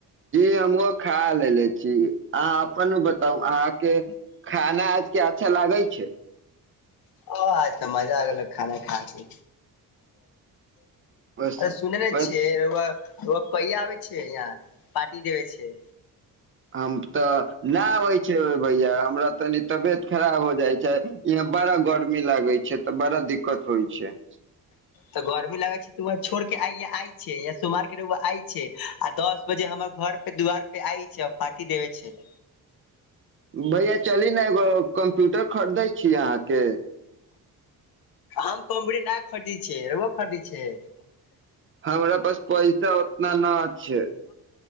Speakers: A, on the right; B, on the left.
A: हमहुँ खा लेलेे जी अहाँ अपन बताउ अहाँ के खाना आज के अच्छा लागै छै
B: ओ आछा मजा आगल खाना खा के
A: बस
B: सुनेनेे
A: बस
B: छियै रउआ रैआ कहिया आबै छिये यहाँ पार्टी देबे छै
A: हम तऽ नहि आबै छै भैया हमरा तनी तबियत खराब हो जाइ छै ई बड़ा गर्मी लागै छै तऽ बड़ा दिक्कत होइ छै
B: तऽ गर्मी लगै छै त वहा छोड़ के आय आइ छै यहा सोमार रउआ आइ छै आ दस बजे हमर घर पे दुआार पे आइ छै पार्टी देबे छै
A: भैया चली ने एगो कम्प्यूटर खरीदै छीय अहाँ के
B: आम कमरीे नहि खरिदे छै रउआ खरिदे छै
A: हमरा पास पैसा उतना न छै